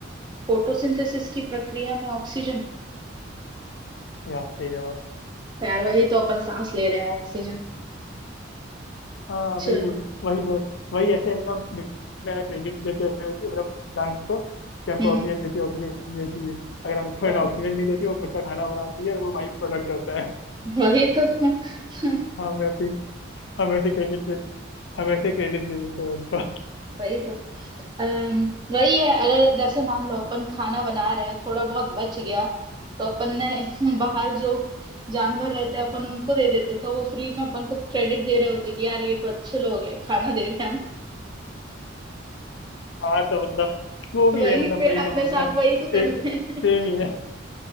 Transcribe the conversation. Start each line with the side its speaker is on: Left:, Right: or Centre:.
Right: फोटोसिंथेसिस की प्रक्रिया में ऑक्सीजन
Left: या सही जवाब
Right: यार वही तो अपन सांस ले रहे हैं ऑक्सीजन
Left: हाँ
Right: चलो
Left: वही बोल वही बोल वही ऐसे है ना मेरा क्रेडिट देते हैं मतलब प्लांट को कि हमको
Right: हम्म
Left: ऑक्सीजन
Right: हम्म,
Left: देती है ऑक्सीजन देती है अगर हमको
Right: तो
Left: है ना ऑक्सीजन नहीं देती वो खुद का खाना बनाती है और वो बाई प्रोडक्ट होता है
Right: वही तो <laughs>
Left: हम ऐसे ही- हम ऐसे क्रेडिट दे हम ऐसे क्रेडिट दे देते हैं उनको
Right: वही तो अम्म, वही है अगर जैसे मान लो अपन खाना बना रहे हैं थोड़ा बहुत बच गया तो अपन ने <laughs> बाहर जो जानवर रहते हैं अपन उनको दे देते तो वो फ्री में अपन को क्रेडिट दे रहे होते कि यार ये तो अच्छे लोग हैं खाना दे रहे हैं हमको
Left: हाँ तो मतलब वो भी
Right: <laughs> वही
Left: है मतलब
Right: पेड़
Left: वही
Right: अपने
Left: समझ
Right: साथ
Left: लो
Right: वही तो कर
Left: एक
Right: रहे हैं
Left: सेम ही है